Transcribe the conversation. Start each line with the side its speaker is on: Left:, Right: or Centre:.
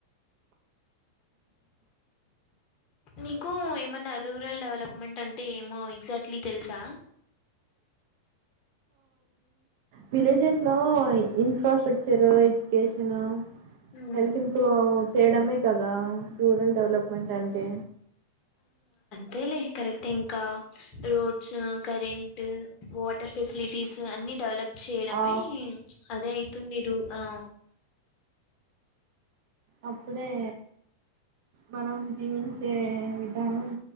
Left: నీకు ఏమన్నా రూరల్ డెవలప్మెంట్ అంటే ఏమో ఎక్సాక్ట్లి తెలుసా
Right: విలేజెస్ లో ఇన్ఫ్రాస్ట్రక్చర్ కోసిన
Left: ఉమ్.
Right: హెల్త్ ఇంప్రూవ్ అవ్ చేయడమే కదా రూరల్ డెవలప్మెంట్ అంటే
Left: తేలే కరెక్ట్ ఇంకా రోడ్స్ కరెంట్ వాటర్ ఫెసిలిటీస్ అన్ని డెవలప్ చెయ్యడమే
Right: ఆ,
Left: అదే అయితుంది రూ హ
Right: అప్పుడే మనం జీవించే విధానం